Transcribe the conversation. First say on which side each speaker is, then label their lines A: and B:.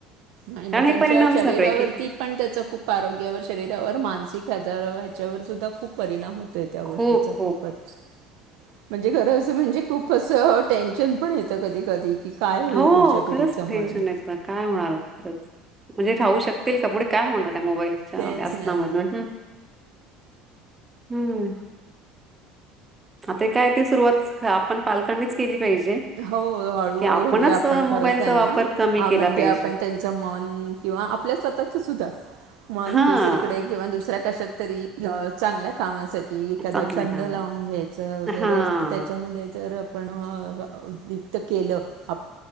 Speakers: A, on the right (about 60°); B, on the right (about 20°).
A: आणि मग
B: कारण हे
A: त्यांच्या
B: परिणाम
A: शरीरावरती
B: सगळे की
A: पण त्याच खूप आरोग्यावर, शरीरावर, मानसिक, ज ह्याच्यावर सुद्धा खूप परिणाम होतोय त्या गोष्टीचा
B: खूप खूप
A: खूपच म्हणजे खरं असं म्हणजे खूप असं टेन्शन पण येतं कधी, कधी. की काय होईल
B: हो
A: पुढच्या पिढीचं
B: खरंच
A: म्हणून
B: टेन्शन येत काय होणार. खरंच म्हणजे राहु शकतील का पुढे काय होणार. त्या मोबाईलच्या
A: तेच
B: व्यासांना
A: ना
B: मधुन हम्म आता काय ते सुर्वात आपण पालकांनीच केली. पाहिजे.
A: हो हळू
B: की
A: हळू
B: आपणच
A: म्हणजे आपण
B: अ,
A: करत
B: मोबाईलचा
A: त्यांना
B: वापर कमी केला
A: म्हणजे
B: पाहिजे.
A: आपण त्यांच मन क किंवा आपल्या स्वतःच सुद्धा. मन
B: हां,
A: दुसरीकडे किंवा दुसऱ्या कशात तरी चांगल्या कामासाठी की एखादा
B: चांगल्या
A: छंद
B: कामावर
A: लावून घ्यायचं वगैरे
B: हां,
A: असं त्याच्यामध्ये जर आपण वित केलं आप